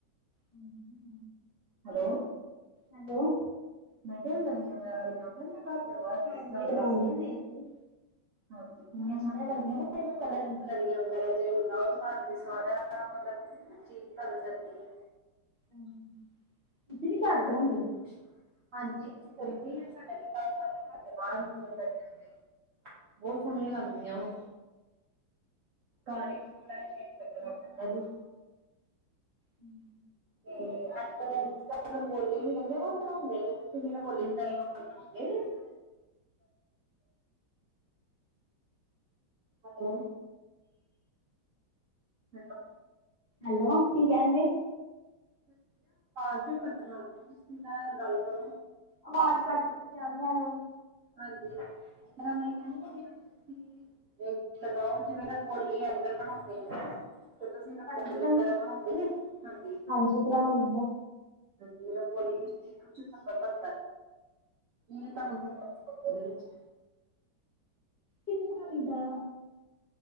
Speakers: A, on the left (about 40°); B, on the right (about 60°).
A: ਹਾਂ
B: ਹੈਲੋ
A: ਹੈਲੋ।
B: ਮੈਂ ਕਿਹਾ ਨ ਘਰ ਬ ਲਦੇ
A: ਹਾਂਜੀ ਲਗਾਉਂਦੇ ਹੁੰਦੇ ਅਸੀਂ।
B: ਹਾਂਜੀ ਕਿੰਨੀਆਂ ਸੋਹਣੀਆਂ ਲੱਗਦੀਆਂ
A: ਹਾਂਜੀ।
B: ਨੇ ਕਲਰ
A: ਹਾਂਜੀ
B: ਫੁੱਲੜੀਆਂ ਵਗੈਰਾ ਜੇ ਲਗਾਓ ਤਾਂ ਘਰ ਦੀ ਸਾਰਿਆਂ ਮਤਲਬ ਚੀਜ਼ ਬਦਲ ਜਾਂਦੀ ਹੈ
A: ਹਾਂਜੀ ਤੁਸੀਂ ਵੀ ਕਰਦੇ
B: ਹ
A: ਹੁੰਦੇ
B: ਜ ਹਾਂਜੀ ਅਸੀਂ ਕਿੰਦੇ ਹ ਸਾਡੇ ਤੇ ਤੇ ਬਾਹਰ ਮਤਲਬ ਲੜੀਆਂ ਲਾਈ ਬਹੁਤ ਸੋਹਣੀਆਂ ਲੱਗਦੀਆਂ ਵ ਘਰ ਹੀ ਬਿਲਕੁਲ ਚੇਂਜ ਲੱ ਜੀ
A: ਹਮ
B: ਤੇ ਅੱਜ ਕਲ ਅੱ ਰੰਗੋਲੀ ਵੀ ਕਹਿੰਦੇ ਨਾ ਬਣਾਉਂਦੇ ਨੇਸੀਂ ਰੰਗੋਲੀ ਵਗੈਰਾ ਬਉ ਬਣਾਉਣ ਗਏ ਸੀ। Hello hello.
A: ਹੈਲੋ ਕੀ ਕਹਿੰਦੇ।
B: ਮੈਂ ਕਿਹਾ ਅਵਾਜ਼ ਕਿਉਂ ਘੱਟ ਆਉਂਦੀ ਤੁਸੀਂ ਇੰਨਾ ਨਾਲ ਗੱਲ ਕਰੋ।
A: ਅਵਾਜ਼ ਕੱਟ ਕੱਟ ਕੇ ਆਉਂਦੀ ਸਾਨੂੰ।
B: ਹਾਂਜੀ ਇਸ ਤਰ੍ਹਾਂ ਮੈਂ ਇਹ ਕਹਿੰਦੀ ਸੀ ਜਿਵੇਂ ਤੁਸੀਂ। ਤੇ ਲਗਾਓ ਜਿਵੇਂ ਨਾ ਬੌਲੀ ਅੱਜ ਕੱਲ ਬਣਾਉਂਦੇ ਨੇ। ਫੇਰ ਤੁਸੀਂ ਰੰਗੋਲੀ
A: ਹਾਂਜੀ
B: ਵਗੈਰਾ ਬਣਾਉਂਦੇ ਹਾਂਜੀ।
A: ਜੀ ਬਣਾਉਣ ਨਹੀਂ ਦਿੰਦਾ।
B: ਹਾਂਜੀ ਰਗੋਲੀ ਵੀ ਠੀਕ ਕੁ ਪ ਕੀ ਤਾਂ ਉਹਦੇ ਵਿੱਚ
A: ਇਸ ਨਾਲੀ ਦਾ।